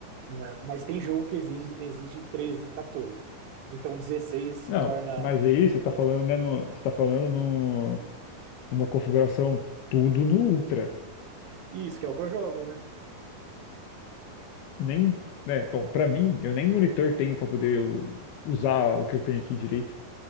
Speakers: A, on the right (about 70°); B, on the left (about 80°).
A: né, mas tem jogo que exige, exige 13, 14. Então, 16 se
B: Não,
A: torna
B: mas aí você está falando, né, no, você tá falando no, numa configuração tudo no Ultra.
A: isso que é o que eu jogo, né?
B: Nem, né, bom, para mim, eu nem monitor tenho para poder u- usar o que eu tenho aqui direito.